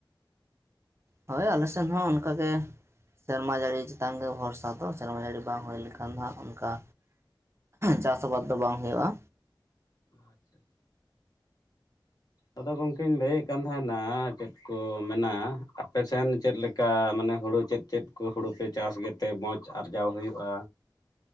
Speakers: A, on the right; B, on the left.
A: ᱦᱳᱭ ᱟᱞᱮ ᱥᱮᱱ ᱦᱚᱸ ᱚᱱᱠᱟᱜᱮ᱾ ᱥᱮᱨᱢᱟ ᱡᱟᱹᱲᱤ ᱪᱮᱛᱟᱱ ᱜᱮ ᱵᱷᱚᱨᱥᱟ ᱫᱚ ᱥᱮᱨᱢᱟ ᱡᱟᱹᱲᱤ ᱵᱟᱝ ᱦᱩᱭ ᱞᱮᱠᱷᱟᱱ ᱫᱚ ᱦᱟᱸᱜ ᱚᱱᱠᱟ ᱪᱟᱥ ᱟᱵᱟᱫᱽ ᱫᱚ ᱵᱟᱝ ᱦᱩᱭᱩᱜ-ᱟ᱾
B: ᱟᱪᱪᱷᱟ ᱟᱫᱚ ᱜᱚᱝᱠᱮᱧ ᱞᱟᱹᱭᱮᱫ ᱠᱟᱱ ᱛᱟᱦᱮᱸᱱᱟ ᱪᱮᱫ ᱠᱚ ᱢᱮᱱᱟᱜ-ᱟ᱾ ᱟᱯᱮ ᱥᱮᱱ ᱪᱮᱫ ᱞᱮᱠᱟ ᱢᱟᱱᱮ ᱦᱩᱲᱩ ᱪᱮᱫ ᱪᱮᱫ ᱠᱚ ᱦᱩᱲᱩ ᱯᱮ ᱪᱟᱥ ᱜᱮ ᱛᱮ ᱢᱚᱸᱡᱽ ᱟᱨᱡᱟᱣ ᱦᱩᱭᱩᱜᱼᱟ᱾